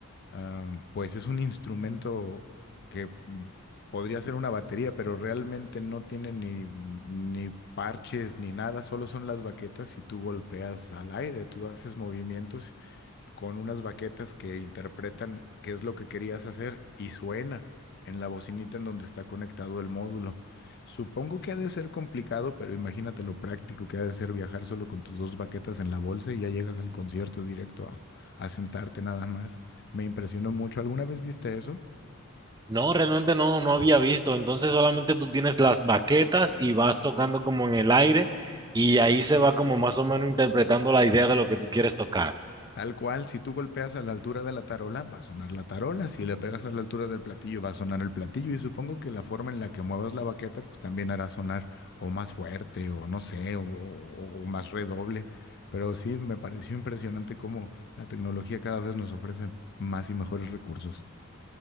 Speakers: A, on the left; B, on the right.
A: am, pues es un instrumento que mm, podría ser una batería, pero realmente no tiene ni, ni parches ni nada, solo son las baquetas y tú golpeas al aire, tú haces movimientos con unas baquetas que interpretan qué es lo que querías hacer y suena en la bocinita en donde está conectado el módulo. Supongo que ha de ser complicado, pero imagínate lo práctico que ha de ser viajar solo con tus dos baquetas en la bolsa y ya llegas al concierto directo a, a sentarte nada más. Me impresionó mucho. ¿Alguna vez viste eso?
B: No, realmente no, no había visto. Entonces solamente tú tienes las baquetas y vas tocando como en el aire y ahí se va como más o menos interpretando la idea de lo que tú quieres tocar.
A: Tal cual, si tú golpeas a la altura de la tarola, va a sonar la tarola, si le pegas a la altura del platillo, va a sonar el platillo y supongo que la forma en la que muevas la baqueta, pues también hará sonar o más fuerte o no sé, o, o- o más redoble. Pero sí, me pareció impresionante cómo la tecnología cada vez nos ofrece más y mejores recursos.